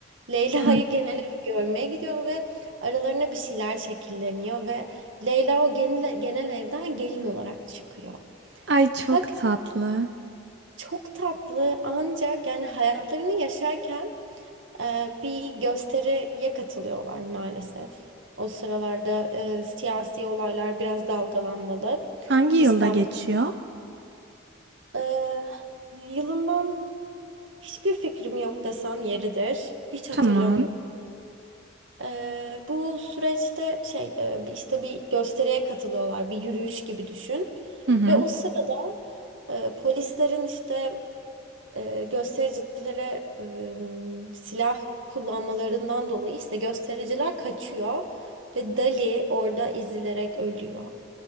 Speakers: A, on the right (about 70°); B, on the right (about 55°).
A: Leyla'yı
B: Hı hı.
A: <laughs> genel evi görmeye gidiyor ve aralarına bir şeyler şekilleniyor ve Leyla o genel, genel evden gelin olarak çıkıyor.
B: Ay çok
A: Fakat
B: tatlı.
A: çok tatlı ancak yani hayatlarını yaşarken e, bir gösteriye katılıyorlar maalesef. O sıralarda e, siyasi olaylar biraz dalgalanmalı.
B: Hangi
A: İstanbul.
B: yılda geçiyor?
A: E, yılından hiçbir fikrim yok desem yeridir. Hiç hatırlamıyorum.
B: Tamam.
A: E, bu süreçte şey e, bir- işte bir gösteriye katılıyorlar. Bir yürüyüş gibi düşün.
B: Hı hı.
A: Ve o sırada e, polislerin işte e, göstericilere e, silah kullanmalarından dolayı ise göstericiler kaçıyor ve Dali orada ezilerek ölüyor.